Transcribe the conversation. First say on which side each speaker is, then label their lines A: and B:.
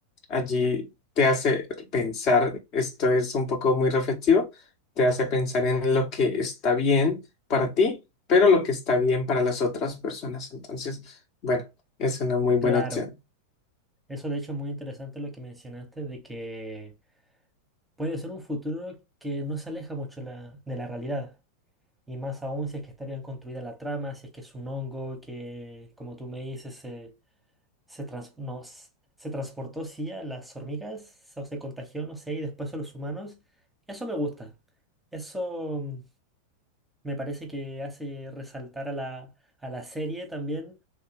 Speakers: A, on the left (about 40°); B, in the centre.
A: allí te hace pensar, esto es un poco muy reflexivo, te hace pensar en lo que está bien para ti, pero lo que está bien para las otras personas. Entonces, bueno, es una muy buena
B: claro.
A: opción.
B: Eso de hecho es muy interesante lo que mencionaste de que... Puede ser un futuro que no se aleja mucho la- de la realidad. Y más aún si es que está bien construida la trama, si es que es un hongo que, como tú me dices, se, se, trans- no, s- se transportó, sí, a las hormigas, o se contagió, no sé, y después a los humanos. Eso me gusta. Eso mm, me parece que hace resaltar a la, a la serie también,